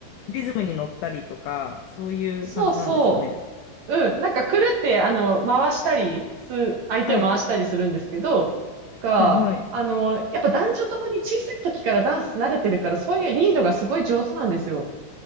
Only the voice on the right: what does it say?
そうそう。うん。なんか、くるって、あの、回したりす、相手を回したりするんですけど、
が、
あの、やっぱ男女ともに小さい時からダンス慣れてるから、そういうリードがすごい上手なんですよ。